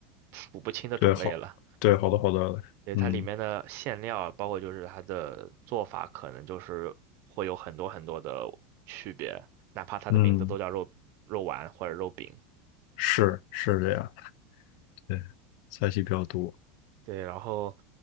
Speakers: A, on the right (about 50°); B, on the left (about 65°).
A: 数不清的种类了。
B: 对，好，对，好的好的，
A: 对，
B: 嗯
A: 它里面的馅料，包括就是它的做法，可能就是会有很多很多的区别，哪怕它的名字都叫肉肉丸或者肉饼。
B: 嗯。是是这样，对，菜系比较多，
A: 对，然后，